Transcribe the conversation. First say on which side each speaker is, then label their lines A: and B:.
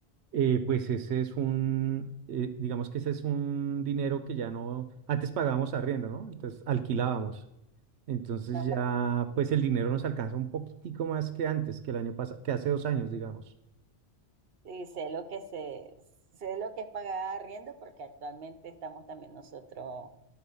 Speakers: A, on the right; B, on the right.
A: eh, pues ese es un, eh, digamos que ese es un dinero que ya no, antes pagábamos arriendo, ¿no? Entonces alquilábamos, entonces
B: No,
A: ya, pues el dinero nos alcanza un poquitico más que antes, que el año pasado, que hace dos años, digamos.
B: y sé lo que se, sé lo que es pagar arriendo porque actualmente estamos también nosotros